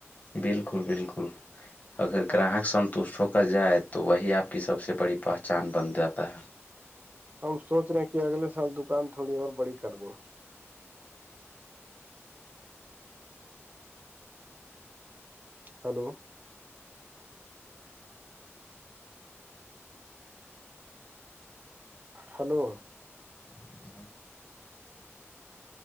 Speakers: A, on the left (about 35°); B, on the right (about 35°).
A: بالکل بالکل اگر گراہک سنتوشٹ ہو کر جائے تو وہی آپ کی سب سے بڑی پہچان بن جاتا ہے
B: <inaudible> ہم سوچ رہے ہیں کہ اگلے سال دکان تھوڑی اور بڑی کر دی ہلو <unintelligible> ہلو <unintelligible>
A: ہے